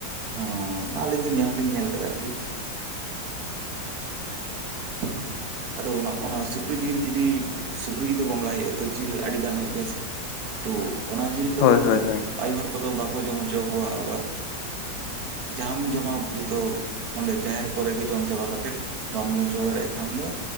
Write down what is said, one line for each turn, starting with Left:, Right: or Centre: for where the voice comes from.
Right: ᱦᱚᱸ ᱵᱟ ᱟᱹᱞᱤᱧ ᱫᱚ ᱧᱮᱞ ᱦᱚᱸᱞᱤᱧ ᱧᱮᱞ ᱠᱟᱫᱟ ᱟᱨᱠᱤ᱾ <inaudible> ᱟᱫᱚ ᱚᱱᱟ ᱚᱱᱟ ᱥᱩᱠᱨᱤ ᱡᱤᱞ ᱡᱩᱫᱤ ᱥᱩᱠᱨᱤ ᱡᱩᱫᱤ ᱵᱚᱸᱜᱟᱭ ᱦᱩᱭᱩᱜ-ᱟ ᱛᱚ ᱡᱤᱞ ᱟᱹᱰᱤᱜᱟᱱ ᱦᱩᱭᱩᱜ ᱜᱮᱭᱟ ᱥᱮ᱾ ᱛᱚ ᱚᱱᱟ ᱡᱤᱞ ᱠᱚᱫᱚ
Left: ᱦᱳᱭ ᱦᱳᱭ ᱦᱳᱭ
Right: ᱟᱭᱳ ᱦᱚᱲ ᱠᱚᱫᱚ ᱵᱟᱠᱚ ᱡᱚᱢ ᱦᱚᱪᱚ ᱟᱠᱚᱣᱟ ᱟᱵᱟᱨ, ᱡᱟᱦᱟᱸᱢ ᱡᱚᱢᱟ ᱡᱷᱚᱛᱚ ᱚᱸᱰᱮ ᱡᱟᱦᱮᱨ ᱠᱚᱨᱮ ᱜᱮ ᱡᱚᱢ ᱪᱟᱵᱟ ᱠᱟᱛᱮᱫ ᱵᱟᱢ ᱡᱚᱢ ᱪᱟᱵᱟ ᱫᱟᱲᱮᱭᱟᱜ ᱠᱷᱟᱱ ᱫᱚ